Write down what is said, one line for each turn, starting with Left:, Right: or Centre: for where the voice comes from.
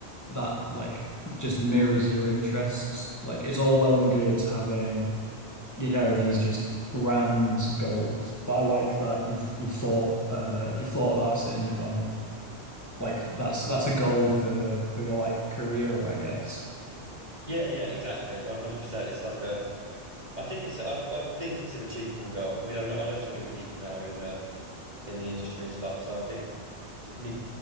Left: that like just mirrors your interests. Like it's all well and good having, you know, these just grand goals, but I like that you've you've thought uh you've thought about it and you've gone like that's that's a goal for for your like career, I guess.
Right: Yeah, yeah, exactly. 100%. It's like a, I think it's, I, I think it's an achievable goal. I mean, I know, I know so many people now in, uh, in the industry and stuff. So I think just need,